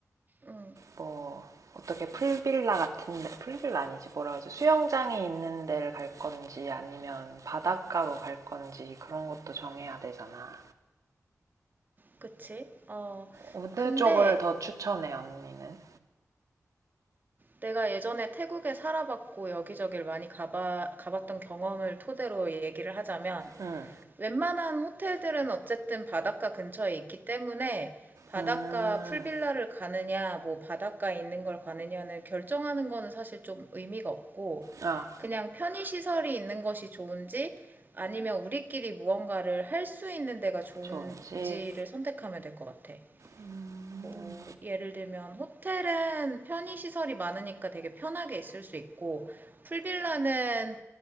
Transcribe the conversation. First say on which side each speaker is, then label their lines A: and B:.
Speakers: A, on the right; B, on the right.
A: 응
B: 뭐 어떻게 풀빌라 같은데 풀빌라 아니지 뭐라 그러지 수영장이 있는 데를 갈 건지 아니면 바닷가로 갈 건지 그런 것도 정해야 되잖아.
A: 그치? 어,
B: 어느
A: 근데
B: 쪽을 더 추천해 언니는?
A: 내가 예전에 태국에 살아봤고 여기저기를 많이 가봐, 가봤던 경험을 토대로 얘기를 하자면
B: 응
A: 웬만한 호텔들은 어쨌든 바닷가 근처에 있기 때문에 바닷가
B: 음,
A: 풀빌라를 가느냐, 뭐 바닷가에 있는 걸 가느냐는 결정하는 거는 사실 좀 의미가 없고
B: 아
A: 그냥 편의시설이 있는 것이 좋은지 아니면 우리끼리 무언가를 할 수 있는 데가 좋은지를
B: 좋은지.
A: 선택하면 될 것 같아.
B: 음.
A: 뭐 예를 들면 호텔은 편의 시설이 많으니까 되게 편하게 있을 수 있고 풀빌라는